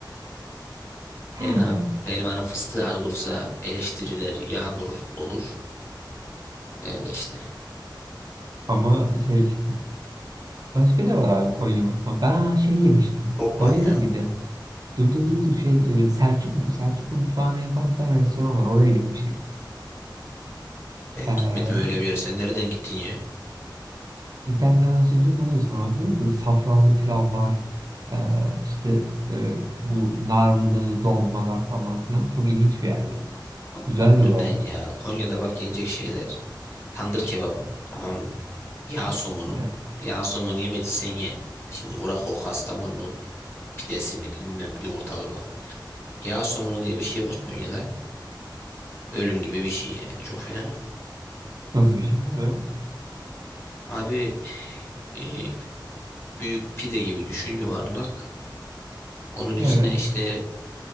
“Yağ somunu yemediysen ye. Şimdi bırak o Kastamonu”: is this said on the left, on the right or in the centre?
Left